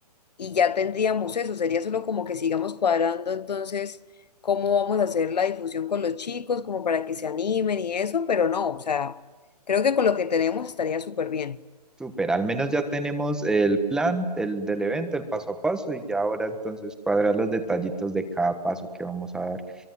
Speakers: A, on the left; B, in the centre.
A: y ya tendríamos eso. Sería solo como que sigamos cuadrando entonces cómo vamos a hacer la difusión con los chicos, como para que se animen y eso, pero no, o sea, creo que con lo que tenemos estaría súper bien.
B: Súper, al menos ya tenemos el plan el, del evento, el paso a paso, y ya ahora entonces cuadrar los detallitos de cada paso que vamos a dar.